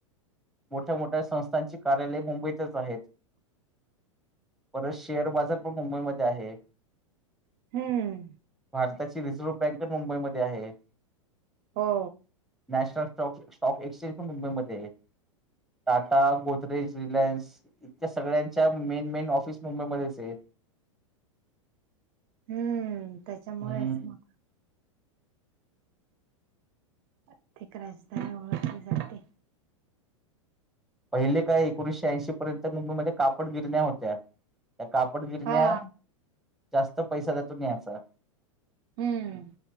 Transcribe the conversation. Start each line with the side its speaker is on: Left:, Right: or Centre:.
Centre: मोठ्या मोठ्या संस्थांची कार्यालय मुंबईतच आहेत. परत शेअर बाजार पण मुंबईमध्ये आहे.
Right: हम्म
Centre: भारताची रिझर्व्ह बँक मुंबईमध्ये आहे.
Right: हो.
Centre: नॅशनल स्टॉक स्टॉक एक्सचेंज पण मुंबईमध्ये आहे. टाटा, गोदरेज, रिलायन्स इतक्या सगळ्यांच्या मेन, मेन ऑफिस मुंबईमध्येच आहे.
Right: हम्म त्याच्यामुळेच
Centre: हम्म.
Right: मग आर्थिक राजधानी ओळखली जाते.
Centre: पहिले काय एकोणीसशे ऐंशी पर्यंत मुंबईमध्ये कापड गिरण्या होत्या. त्या कापड गिरण्या
Right: हा
Centre: जास्त पैसा त्यातून मिळायचा.
Right: हम्म.